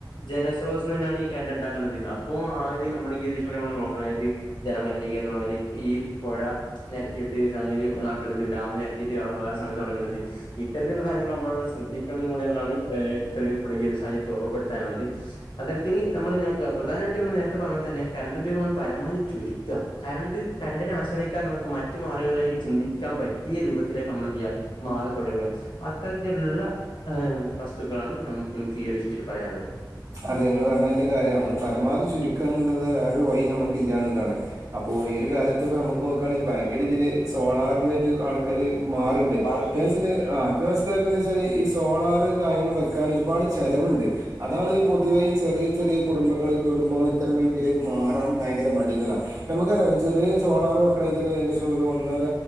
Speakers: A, on the left (about 80°); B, on the right (about 45°).
A: ജലശ്രോതസ്സു തന്നെയാണ് ഈ കറണ്ട് ഉണ്ടാക്കണത് അപ്പോ ആ ഒരു നമ്മള് ഈ വിഷയ നമ്മ നോക്കണതായിട്ട് ജലമലിനീകരണം അ ഈ പുഴ നെരത്തിയിട്ട് സംഗതി ഇതാക്കണ്ടത് ഡാമ് നെരത്തിയിട്ട് അവിടെ വേറെ സംഗതി തൊടങ്ങണ്ടത് ഇത്തരത്തിലുള്ള സാഹചര്യങ്ങൾ നമ്മളവിടെ ശ്രദ്ധിക്കണന്നു കൂടെയുള്ളതാണ് ഒരു ഇവിടെ ഈ ഒരു സാഹചര്യത്തി ഓർമ്മപ്പെടുത്താനുള്ളത് അത്തരത്തില് നമ്മള് പ്രധാനായിട്ട് നമ്മൾ നേരത്തെ പറഞ്ഞപോൽ തന്നെ കറണ്ട് ഉപയോഗം നമ്മൾ പരമാവധി ചുരുക്കി കരണ്ട് കരണ്ടിനെ ആശ്രയിക്കാൻ നമുക്ക് മറ്റു മാർഗങ്ങളിലേക്ക് ചിന്തിക്കാൻ പറ്റിയ രൂപത്തിലേക്ക് നമ്മളെന്ത്ചെയ്യാ മാറിത്തുടങ്ങുക. അത്തരത്തിലുള്ള ഏ വസ്തുക്കളാണ് ഞ എനിക്ക് ഈ ഒരു വിഷയത്തില് പറയാനുള്ളത്.
B: അതെ നിങ്ങള് പറഞ്ഞാ എല്ലാം കാര്യാ ഞമ്മള് പരമാവധി ചുരുക്കുക എന്നുള്ളത് വേറൊരു വഴി ഞമ്മക്ക് ഇല്ല എന്നുള്ളതാണ് അപ്പോ ഈ ഒരു കാലത്ത് ഇപ്പോ നമ്മുക്ക് നോക്കുകാണേൽ ഭയങ്കര രീതിൽ സോളാറിന് ഒരു ആൾക്കാര് മാറണ്ട്.
A: ആറുണ്ട്
B: കേൾസില് ആ കേൾസിലേക്കെന്നുവെച്ചാല് വെച്ചാല് ഈ സോളാർ കാര്യങ്ങൾ വെക്കാൻ ഒരുപാട് ചെലവാ അതാണ് പൊതുവെ ഈ ചെറിയ ചെറിയ കുടുംബങ്ങള് കുടുംബങ്ങള് ഇത്തരം രീതിയിലേക്ക് മാറാൻ ഭയങ്കര മടികളാ നമ്ക്കറിയൊ. ഇ ചെറിയെ സോളാർ വെക്കണെങ്കി തനെ ഏകദേശം ഒരു ഒന്നര